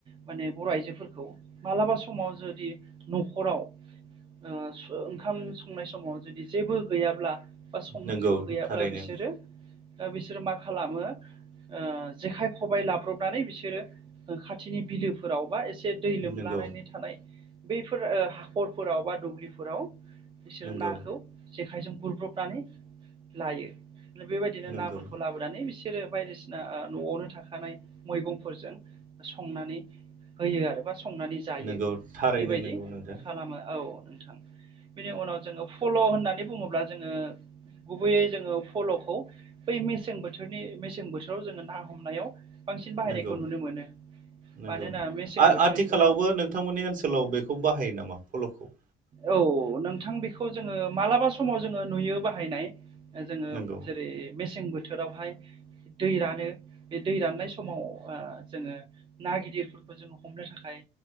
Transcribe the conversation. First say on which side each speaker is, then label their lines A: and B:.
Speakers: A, on the right (about 30°); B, on the right (about 50°).
A: माने बर' आइजोफोरखौ मालाबा समाव जुदि न'खराव ओ ओंखाम संनाय समाव जुदि जेबो गैयाब्ला बा संनो
B: नंगौ
A: जेबो गैयाब्ला
B: थारैनो
A: बिसोरो बिसोरो मा खालामो। ओ जेखाइ खबबाय लाब्रबनानै बिसोरो खाथिनि बिलो फोराव बा एसे दै लोमलानानै
B: नंगौ
A: थानाय बैफोर हाखरफोराव बा दुब्लिफोराव बिसोरो
B: नंगौ
A: नाखौ जेखाइजों गुरब्रबनानै लायो बेबायदिनो
B: नंगौ
A: नाफोरखौ लाबोयो नानै बिसोरो बायदिसिना न'आवनो थाखानाय मैगंफोरजों संनानै होयो आरो बा संनानै जायो
B: नंगौ थारैनो
A: बेबायदि
B: नंगौ नोंथां
A: खालामो औ। नोंथां बेनि उनाव जोङो फल' होननानै बुङोब्ला जोङो गुबैयै जोङो फल'खौ बै मेसें बोथोरनि मेसें बोथोराव जोङो ना हमनायाव बांसिन बाहायनायखौ
B: नंगौ
A: नुनो मोनो।
B: नंगौ
A: मानोना मेसें
B: आ
A: बोथोरफोराव
B: आथिखालावबो नोंथांमोननि ओनसोलाव बेखौ बाहायो नामा फल'खौ।
A: औ नोंथां बेखौ जोङो मालाबा समाव जोङो नुयो बाहायनाय। जोङो
B: नंगौ
A: जेरै मेसें बोथोरावहाय दै रानो बे दै राननाय समाव ओ जोङो ना गिदिरफोरखौ। जों हमनो थाखाय